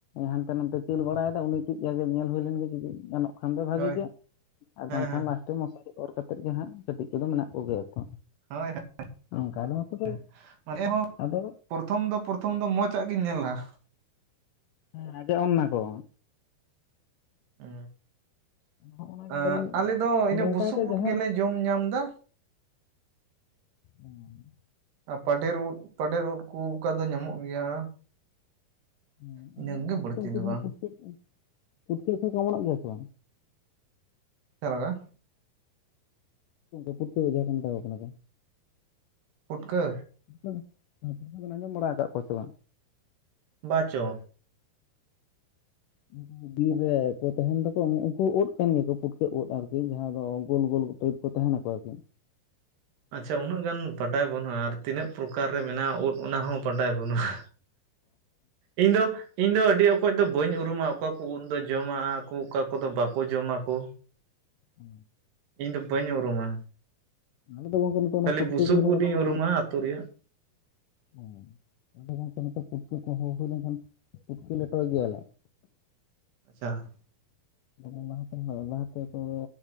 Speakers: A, on the left; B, on the right.
A: ᱦᱟᱱᱛᱮ ᱱᱟᱛᱮ ᱪᱟᱹᱲᱟ ᱵᱟᱲᱟᱭᱮᱫᱟᱭ ᱩᱱᱤ ᱴᱤᱡ ᱡᱟᱜᱮ ᱧᱮᱞ ᱦᱩᱭ ᱞᱮᱱ ᱜᱮ ᱡᱩᱫᱤ ᱜᱟᱱᱚᱜᱼᱟ, ᱵᱟᱝᱠᱷᱟᱱ ᱫᱚ ᱵᱷᱟᱜᱤ
B: ᱦᱳᱭ
A: ᱜᱮ ᱟᱨ
B: ᱦᱮᱸ
A: ᱵᱟᱝᱠᱷᱟᱱ
B: ᱦᱮᱸ
A: ᱞᱟᱥᱴᱮ ᱢᱚᱥᱟᱨᱤ ᱚᱨ ᱠᱟᱛᱮᱜ ᱜᱮ ᱦᱟᱸᱜ ᱠᱟᱹᱴᱤᱡ ᱠᱚᱫᱚ ᱢᱮᱱᱟᱜ ᱠᱚᱜᱮᱭᱟ ᱛᱚ,
B: ᱦᱳᱭ ᱦᱳᱭ
A: ᱱᱚᱝᱠᱟ ᱫᱚ ᱱᱚᱛᱮ ᱫᱚ
B: ᱢᱟᱱᱮ ᱦᱚᱸ
A: ᱟᱫᱚ
B: ᱯᱨᱚᱛᱷᱚᱢ ᱫᱚ ᱯᱨᱚᱛᱷᱚᱢ ᱫᱚ ᱢᱚᱸᱡᱽᱟᱜ ᱜᱤᱧ ᱧᱮᱞ ᱞᱟᱜ-ᱟ᱾
A: ᱦᱮᱸ ᱱᱟᱡᱚᱜ ᱮᱢ ᱱᱟᱠᱚ
B: ᱩ
A: ᱦᱚᱜᱼᱚ ᱱᱟ ᱜᱮ
B: ᱮᱫ
A: ᱟᱹᱞᱤᱧ
B: ᱟᱞᱮ ᱫᱚ
A: ᱟᱨ
B: ᱤᱱᱟᱹ
A: ᱚᱱᱠᱟ
B: ᱵᱩᱥᱩᱵ
A: ᱜᱮ
B: ᱩᱫ
A: ᱡᱟᱦᱟᱸ
B: ᱜᱮᱞᱮ ᱡᱚᱢ ᱧᱟᱢ ᱫᱟ
A: ᱚᱸ
B: ᱟ ᱯᱟᱰᱮᱨ ᱩᱫ ᱯᱟᱰᱮᱨ ᱳᱫ ᱠᱚ ᱚᱠᱟ ᱫᱚ ᱧᱟᱢᱚᱜ ᱜᱮᱭᱟ
A: ᱩ
B: ᱤᱱᱟᱹ
A: ᱟᱨ
B: ᱠᱚᱜᱮ
A: ᱟᱨ
B: ᱵᱟᱹᱲᱛᱤ
A: ᱩᱱᱠᱩ
B: ᱫᱚ
A: ᱡᱟᱦᱟᱸ
B: ᱵᱟᱝ
A: ᱯᱩᱴᱠᱟ. ᱯᱩᱴᱠᱟ. ᱞᱮᱠᱟ ᱠᱚ ᱚᱢᱚᱱᱚᱜ ᱜᱮᱭᱟ ᱥᱮ ᱵᱟᱝ
B: ᱪᱮᱫ ᱞᱮᱠᱟ
A: <inaudible> ᱯᱩᱴᱠᱟᱹ ᱜᱮ ᱡᱟᱸᱦᱟ ᱠᱚ ᱢᱮᱛᱟ ᱠᱚ ᱠᱟᱱᱟ
B: ᱯᱩᱴᱠᱟᱹ
A: ᱯᱩᱴᱠᱟ. ᱦᱮ ᱯᱩᱴᱠᱟ. ᱵᱤᱱ ᱟᱸᱡᱚᱢ ᱵᱟᱲᱟ ᱟᱠᱟᱫ ᱠᱚᱣᱟ ᱥᱮ ᱵᱟᱝ
B: ᱵᱟᱪᱚ
A: <unintelligible> ᱵᱤᱨ ᱨᱮ ᱠᱚ ᱛᱟᱦᱮᱱ ᱫᱚᱠᱚ ᱱᱩᱜ ᱩᱠᱩ ᱳᱫ ᱠᱟᱱ ᱜᱮᱭᱟᱠᱚ ᱯᱩᱴᱠᱟᱹ‌ ᱳᱫ ᱟᱨᱠᱤ ᱡᱟᱦᱟᱸ ᱫᱚ ᱜᱳᱞ ᱜᱳᱞ ᱴᱟᱭᱤᱯ ᱠᱚ ᱛᱟᱦᱮᱱᱟᱠᱚ ᱟᱨᱠᱤ
B: ᱟᱪᱷᱟ ᱩᱱᱟᱹᱜ ᱜᱟᱱ ᱵᱟᱰᱟᱭ ᱵᱟᱹᱱᱩᱜᱼᱟ ᱟᱨ ᱛᱤᱱᱟᱹᱜ ᱯᱨᱚᱠᱟᱨ ᱨᱮ ᱢᱮᱱᱟᱜᱼᱟ ᱳᱫ ᱚᱱᱟ ᱦᱚᱸ ᱵᱟᱰᱟᱭ ᱵᱟ. ᱱᱩᱜᱼᱟ ᱤᱧ ᱫᱚ ᱤᱧ ᱫᱚ ᱟᱹᱰᱤ ᱚᱠ ᱠᱚᱡ ᱫᱚ ᱵᱟᱹᱧ ᱩᱨᱩᱢᱟ ᱚᱠᱟᱠᱚ ᱳᱫ ᱫᱚ ᱡᱚᱢᱟᱜᱼᱟᱜ ᱠᱚ ᱚᱠᱟ ᱠᱚᱫᱚ ᱵᱟᱠᱚ ᱡᱚᱢᱟ ᱠᱚ
A: ᱚ
B: ᱤᱧ ᱫᱚ ᱵᱟᱹᱧ ᱩᱨᱩᱢᱟ
A: ᱟᱞᱮ ᱫᱚ ᱜᱚᱝᱠᱮ ᱱᱤᱛᱚᱜ ᱚᱱᱟ
B: ᱠᱷᱟᱹᱞᱤ
A: ᱯᱩᱴᱠᱟᱹ
B: ᱵᱩᱥᱩᱵ
A: ᱠᱚ ᱦᱩᱭ ᱞᱮᱠᱷᱟᱱ
B: ᱩᱫ ᱤᱧ
A: <unintelligible>
B: ᱩᱨᱩᱢᱟ ᱟᱹᱛᱩ ᱨᱮᱭᱟᱜ
A: ᱚ ᱟᱫᱚ ᱜᱚᱝᱠᱮ ᱱᱚᱛᱮ ᱯᱩᱴᱠᱟ. ᱠᱚᱦᱚ ᱦᱳᱭ ᱞᱮᱱᱠᱷᱟᱱ ᱯᱩᱴᱠᱟ. ᱞᱮᱴᱚᱭ ᱜᱮᱭᱟᱞᱮ
B: ᱟᱪᱟ
A: ᱫᱚᱢᱮ ᱞᱟᱦᱟᱛᱮ ᱦᱚᱸ ᱞᱟᱦᱟᱛᱮ ᱚᱠᱚᱭ